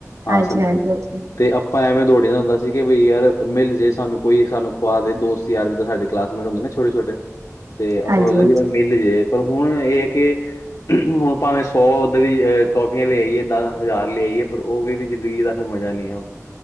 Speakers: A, on the left; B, on the right.
A: ਹਾਂ
B: ਹਾਂਜੀ,
A: ਸੰ
B: ਹਾਂਜੀ, ਹਾਂਜੀ।
A: ਤੇ ਆਪਾਂ ਐਵੇਂ ਦੌੜੀਦਾ ਹੁੰਦਾ ਸੀ। ਕਿ ਬਈ ਯਾਰ ਮਿਲ ਜੇ ਸਾਨੂੰ, ਕੋਈ ਸਾਨੂੰ ਖਵਾ ਦੇ ਦੋਸਤ ਰ ਜੀਦਾ ਸਾਡੇ ਕਲਾਸਮੇਟ ਹੁੰਦੇ ਨਾ ਛੋਟੇ- ਛੋਟੇ ਤੇ ਆਪਾ
B: ਹਾਂਜੀ, ਹਾਂਜੀ
A: ਮਿਲ ਜੇ ਪਰ ਹੁਣ ਇਹ ਹੈ। ਕਿ- ਹੁਣ ਭਾਵੇਂ ਸੌ ਉਧਰ ਦੀ ਟੋਫੀਆਂ ਲਿਆ ਆਈਏ, ਦਸ ਹਜ਼ਾਰ ਲਿਆ ਆਈਏ, ਪਰ ਉਹ ਵੀ ਦੀ ਜਿਦਗੀ ਦਾ ਮਜਾ ਨਹੀਂ ਹੈ। ਉਹ-